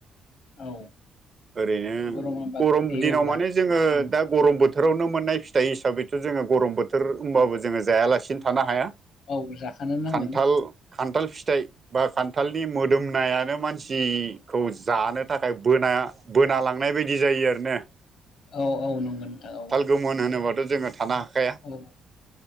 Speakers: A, on the left; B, on the right.
A: औ
B: ओरैनो
A: गरमा बांद्राय
B: गरम
A: थायो
B: दिनाव
A: अब्ला
B: माने जोङो
A: उम
B: दा गरम बोथोरावनो मोननाय फिथाइ हिसाबैथ' जो गरम बोथोर बोथोर होनोमबाबो जोङो जायालासिनो थानो हाया
A: औ जाखानो नांगोन
B: खान्थाल खान्थाल फिथाइ बा खान्थालनि मोदोमनायानो मानसि खौ जानो थाखाय बोनाया बोना लांनाय बायदि जायो आरोना।
A: औ औ नंगौ नोंथां औ
B: गोमोन होनोबाथ' जोङो थानो हाखाया
A: औ